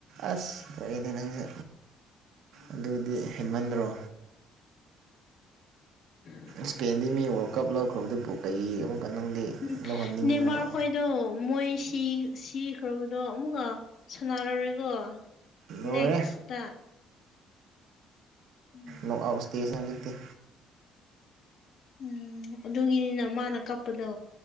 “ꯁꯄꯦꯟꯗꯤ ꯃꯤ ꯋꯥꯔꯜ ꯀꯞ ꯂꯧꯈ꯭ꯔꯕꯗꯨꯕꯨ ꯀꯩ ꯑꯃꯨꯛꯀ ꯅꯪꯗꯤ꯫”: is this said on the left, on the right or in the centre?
Right